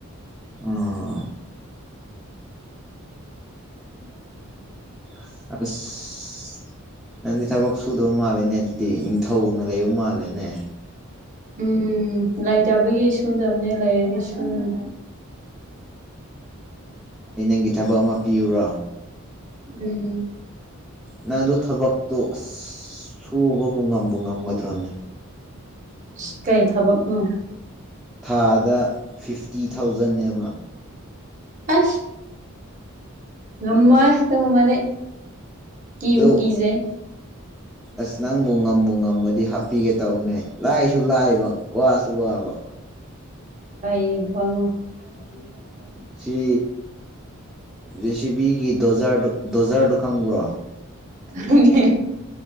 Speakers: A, in the centre; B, on the right (about 35°).
A: ꯑꯝ
B: <inaudible>
A: ꯑꯁ ꯅꯪꯗꯤ ꯊꯕꯛ ꯁꯨꯗꯕ ꯃꯥꯜꯂꯦꯅꯦ ꯑꯗꯨꯗꯤ ꯅꯤꯡꯊꯧꯅ ꯂꯩꯕ ꯃꯥꯜꯂꯦꯅꯦ
B: ꯎꯝ ꯂꯩꯇꯕꯒꯤ ꯁꯨꯗꯕꯅꯦ ꯂꯩꯔꯗꯤ ꯁꯨꯔꯅꯤ
A: ꯑꯩ ꯅꯪꯒꯤ ꯊꯕꯛ ꯑꯃ ꯄꯤꯌꯨꯔꯣ
B: ꯎꯝ
A: ꯅꯪ ꯑꯗꯨ ꯊꯕꯛꯇꯣ ꯑꯁ ꯁꯨꯕꯕꯨ ꯉꯝꯕꯨ ꯉꯝꯒꯗ꯭ꯔꯣꯅꯦ
B: ꯏꯁ ꯀꯩ ꯊꯕꯛ ꯅꯣ
A: ꯊꯥꯗ ꯐꯤꯐꯇꯤ ꯊꯥꯎꯖꯟꯅꯦꯕ
B: ꯑꯁ ꯉꯝꯃꯣꯏ ꯗꯨꯒꯨꯝꯕꯗꯤ ꯀꯤꯕꯨ
A: ꯑꯗꯨ
B: ꯀꯤꯖꯩ
A: ꯑꯁ ꯅꯪꯕꯨ ꯉꯕꯨ ꯉꯝꯃꯗꯤ ꯍꯥꯞꯄꯤꯒꯦ ꯇꯧꯕꯅꯦ ꯂꯥꯏꯁꯨ ꯂꯥꯏꯕ ꯋꯥꯁꯨ ꯋꯥꯕ
B: ꯀꯩ ꯊꯕꯛꯅꯣ ꯑꯩꯒꯨꯝ ꯇꯧꯕ ꯃꯥꯊꯤ
A: ꯁꯤ ꯖꯦ ꯁꯤ ꯕꯤ ꯒꯤ ꯗꯣꯖꯔꯗꯨ ꯗꯣꯖꯔꯗꯨ ꯈꯪꯕ꯭ꯔꯣ
B: ꯈꯪꯉꯦ